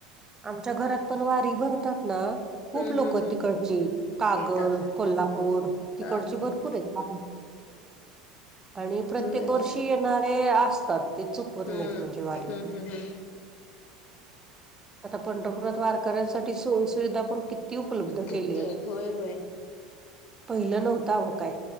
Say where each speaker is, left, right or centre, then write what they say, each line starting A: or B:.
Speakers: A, on the right; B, on the left.
A: आमच्या घरात पण वारी भरतात ना
B: हम्म
A: खूप लोक
B: हम्म हम्म
A: तिकडची कागल
B: येतात
A: कोल्हापूर तिकडची
B: हा हा
A: भरपूर आहेत आणि प्रत्येक
B: नाहीच
A: वर्षी येणारे असतात ते चुकवत
B: हम्म
A: नाहीत म्हणजे वारी
B: हम्म हम्म हम्
A: आता पंढरपुरात वारकऱ्यांसाठी सोयी सुविधा पण किती ती उपलब्ध
B: किती
A: केली
B: आहेत होय होय
A: पहिलं नव्हतं हो काय